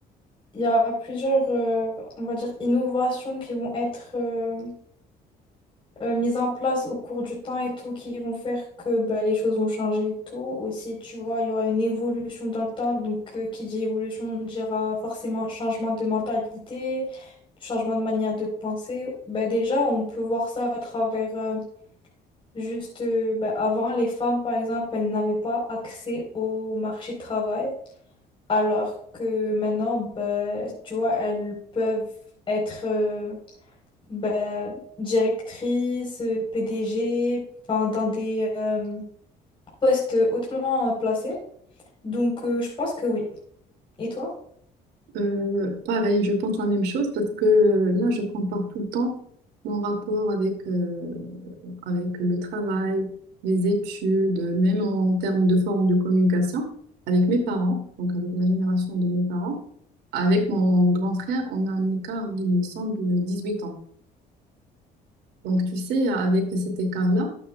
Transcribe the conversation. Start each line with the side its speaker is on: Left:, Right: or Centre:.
Left: il y a plusieurs, euh, on va dire, innovations qui vont être euh, euh, mises en place au cours du temps et tout, qui vont faire que ben, les choses vont changer et tout. Aussi, tu vois, il y aura une évolution dans le temps, donc euh, qui dit évolution dira forcément changement de mentalité, changement de manière de penser. Ben, déjà, on peut voir ça à travers... euh, Juste, euh, ben, avant, les femmes, par exemple, elles n'avaient pas accès au marché du travail. Alors que maintenant, bah, tu vois, elles peuvent être euh, bah, directrices, euh, PDG, enfin, dans des euh, postes hautement euh, placés. Donc, euh, je pense que oui. Et toi?
Right: Euh, pareil, je pense la même chose parce que euh, là, je compare tout le temps mon rapport avec, euh, avec le travail, les études, même en termes de forme de communication, avec mes parents, donc avec la génération de mes parents. Avec mon grand frère, on a un écart, il me semble, 18 ans. Donc, tu sais, avec cet écart-là,